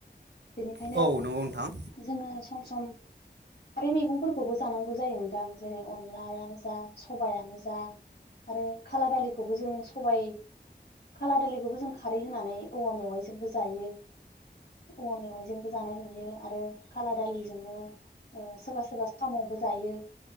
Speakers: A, on the left (about 65°); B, on the right (about 70°).
A: बेनिखायनो
B: औ नंगौ नोंथां
A: जोङो सम सम आरो मैगंफोरखौबो जानांगौ जायो नोंथां जेरै अनलायानो जा सबायानो जा आरो खाला दालिखौबो जों सबाय खाला दालिखौबो जों खारै होनानै औवा मेवाइजोंबो जायो औवा मेवाइजोंबो जानाय नुयो आरो खाला दालिजोंनो ओ सोरबा सोरबा साम बो जायो